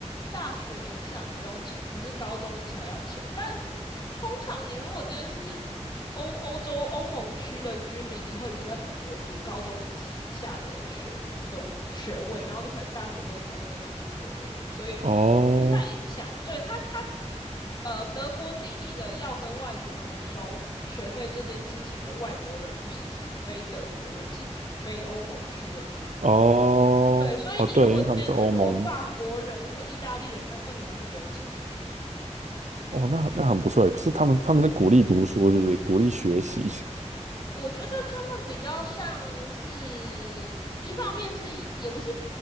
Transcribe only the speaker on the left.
大学以上不用钱，可是高中以下要钱，但。通常你如果今天是欧欧洲欧盟区的居民，你会留在本国读高中以以下的学的学位，然后你可能大学之后才会真的出国留学，所以
不太影响。对他他呃，德国定义的要跟外国人收学费这件事情的外国人，不是指非德国人，是指非欧盟区的居民。
对，所以你如果今天是什么法国人或意大利人，
那那你还是不用钱。
嗯嗯嗯
我觉得他们比较像是，一方面是也不是，